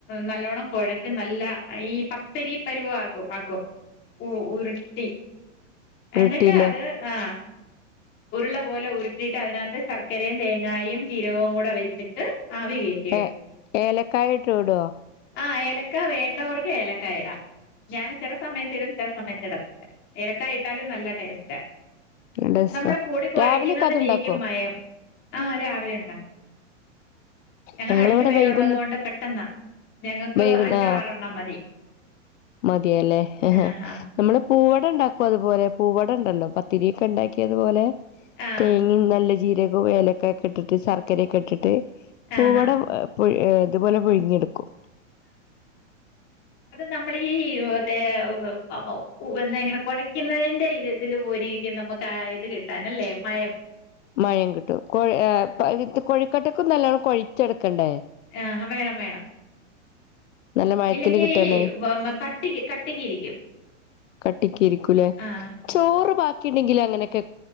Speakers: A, on the left; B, on the left.
A: നല്ലോണം കൊഴച്ച് നല്ല ഈ പ ത്തിരി പര് വാക്കും ആക്കും ഉ ഉര്ട്ടി
B: റൊട്ടിയിലെ
A: എന്നിട്ട് അത് ആഹ്. ഉര്ളപോലെ ഉര്ട്ടിട്ട് അതിനാത്ത് ശർക്കരേം തേങ്ങായും ജീരകവും കൂടെ വെച്ചിട്ട് ആവി കേ
B: ഏ ഏലക്കായ ഇട്ട്കൊടുവോ?
A: ആഹ് ഏലക്ക വേണ്ടവർക്ക് ഏലക്കയിടാം. ഞാൻ ചെലസമയത്തിടും. ചെലസമയത്തിടത്തില്ല. ഏലക്കായിട്ടാലും നല്ല ടേസ്റ്റാ
B: നല്ല ടേസ്റ്റാ
A: നമ്മടെ പൊടി കൊഴക്ക്ന്നതിലിരിക്കും
B: രാവിലെയൊക്കെ അതുണ്ടാക്കുവോ
A: മയം ആഹ് രാവിലെയൊണ്ടാക്കും. ഞങ്ങള്
B: ഞങ്ങളിവിടെ
A: രണ്ടു പേരൊള്ളത്
B: വൈകുന്ന
A: കൊണ്ട് പെട്ടെന്നാ ഞങ്ങക്ക്
B: വൈകുന്ന
A: അഞ്ചോ
B: ആ
A: ആറെണ്ണം മതി.
B: മതിയല്ലേ.
A: ആഹ് ആഹ്
B: നമ്മള് പൂവടണ്ടാക്കും അതുപോലെ പൂവടണ്ടല്ലോ പത്തിരിക്കെണ്ടാക്കിയതുപോലെ.
A: ആഹ്
B: തേങ്ങിം നല്ല ജീരകോം ഏലക്കായക്കെയിട്ടിട്ട് ശർക്കരയൊക്കെയിട്ടിട്ട്. പൂവട
A: ആഹ് ആഹ്
B: പുഴ് ഇതുപോലെ പുഴുങ്ങിയെടുക്കും.
A: നമ്മളീ ദേ മ മ എന്തങ്ങനെ കൊഴക്ക്ന്നതിന്റെ ഇതില് പോലിരിക്കും നമ ട്ടാ യിത് കിട്ടാനല്ലേ മയം.
B: മയം കിട്ടും കൊഴ് എ
A: ആഹ്
B: പ ഇത് കൊഴിക്കട്ടക്കും നല്ലോണം കൊഴിച്ചെട്ക്കണ്ടേ?
A: ആഹ് വേണം വേണം.
B: നല്ല മഴത്തില്
A: ഇല്ലെങ്കിൽ
B: കിട്ടാന്ന്
A: വ മ കട്ടിക്ക് കട്ടിക്ക് ഇരിക്കും.
B: കട്ടിക്കിരിക്കും ലെ
A: ആഹ്
B: ചോറ് ബാക്കി ണ്ടെങ്കിൽ അങ്ങനെക്കെ.